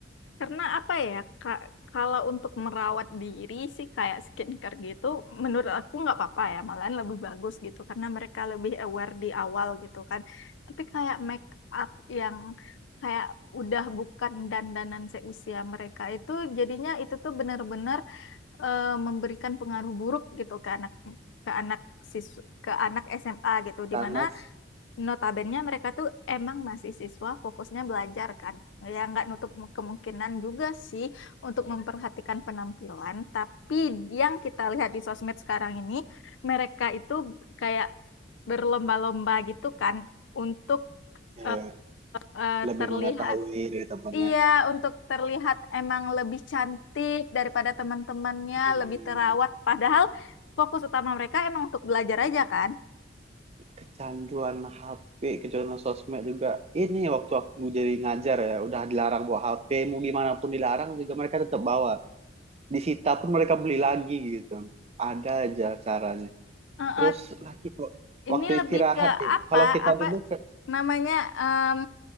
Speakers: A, on the left; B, on the right.
A: Karena apa ya, Kak, kalau untuk merawat diri sih kayak skincare gitu, menurut aku nggak apa-apa ya, malahan lebih bagus gitu, karena mereka lebih aware di awal gitu kan. Tapi kayak make up yang kayak udah bukan dandanan seusia mereka itu, jadinya itu tuh benar-benar eh, memberikan pengaruh buruk gitu ke anak ke anak sis ke anak SMA gitu,
B: anak
A: dimana Notabene mereka tuh emang masih siswa fokusnya belajar kan. Ya nggak nutup kemungkinan juga sih untuk memperhatikan penampilan. Tapi yang kita lihat di sosmed sekarang ini, mereka itu kayak berlomba-lomba gitu kan untuk eh,
B: ya
A: eh,
B: lebih
A: terlihat
B: mengetahui dari temannya
A: iya untuk terlihat emang lebih cantik daripada teman-temannya
B: Hmm,
A: lebih terawat padahal fokus utama mereka emang untuk belajar aja kan
B: kecanduan HP kecanduan sosmed juga ini waktu aku jadi ngajar ya udah dilarang bawa HP mau gimana pun dilarang juga mereka tetap bawa disita pun mereka beli lagi gitu ada aja caranya
A: Eh,
B: Terus
A: eh,
B: lagi kok
A: Ini
B: waktu
A: lebih
B: istirahat
A: ke
B: nih.
A: apa?
B: Kalau kita
A: Apa
B: dulu ke
A: namanya em,